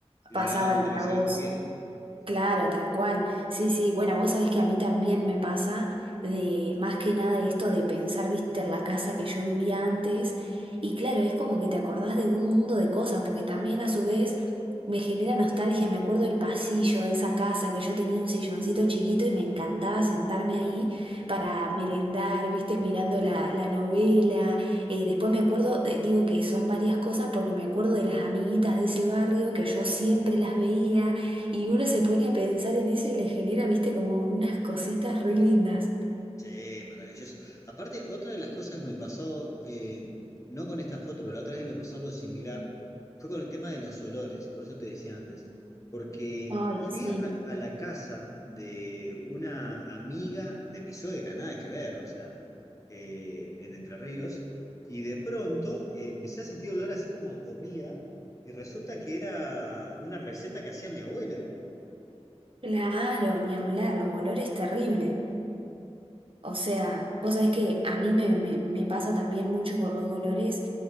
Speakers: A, on the left; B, on the right.
A: ligabas
B: pasaba
A: un televisor
B: a vos.
A: en tu pieza. Mm.
B: Claro, tal cual. Sí, sí, bueno, vos sabés que a mí también me pasa de más que nada esto de pensar, viste, en la casa que yo vivía antes. Y claro, es como que te acordás de un mundo de cosas, porque también a su vez me genera nostalgia. Me acuerdo del pasillo de esa casa que yo tenía un silloncito chiquito y me encantaba sentarme ahí para merendar, viste, mirando la, la novela. Eh, después me acuerdo, eh, digo que son varias cosas porque me acuerdo de las amiguitas de ese barrio que yo siempre las veía y uno se pone a pensar en eso y le genera, viste, como unas cositas re lindas.
A: Sí, maravilloso. Aparte, otra de las cosas que me pasó, eh, no con esta foto, pero la otra vez me pasó algo similar, fue con el tema de los olores, por eso te decía antes, porque
B: Ay,
A: fui
B: sí.
A: a, a la casa de una amiga de mi suegra, nada que ver, o sea, eh, en Entre Ríos, y de pronto eh, empecé a sentir olor así como a comida, y resulta que era una receta que hacía mi abuela.
B: Claro, ni hablar, los olores terribles. O sea, vos sabés que a mí me, me- me pasa también mucho con los olores